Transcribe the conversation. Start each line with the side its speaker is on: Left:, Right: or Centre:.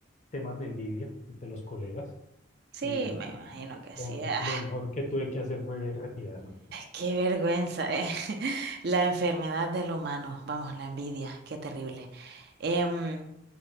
Left: temas de envidia entre los colegas
Right: Sí,
Left: y
Right: me imagino que
Left: lo,
Right: sí.
Left: me-
Right: Ay,
Left: lo mejor que tuve que hacer fue retirarme.
Right: qué vergüenza, eh. <laughs> La enfermedad del humano. Vamos, la envidia, qué terrible. Em,